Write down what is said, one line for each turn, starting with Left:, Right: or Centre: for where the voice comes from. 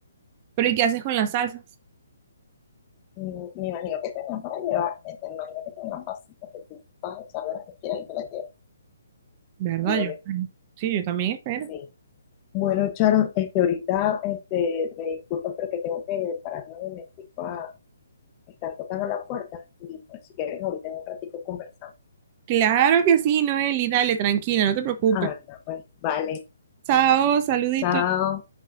Right: Pero ¿y qué haces con las salsas?
Left: Mm, Me imagino que tendrán para llevar, eh, me imagino que tendrán pasitas que tú vas a echar de las que quieras y te las llevas,
Right: ¿Verdad?
Left: digo
Right: Yo,
Left: yo.
Right: sí, yo también espero.
Left: Sí. Bueno, Charon, este, ahorita este, me disculpo, pero que tengo que pararme un momentico a... Están tocando la puerta y pues, si quieres ahorita en un ratico conversamos.
Right: Claro que sí, Noeli, dale, tranquila, no te preocupes.
Left: Ah, no, pues vale,
Right: Chao, saluditos.
Left: chao.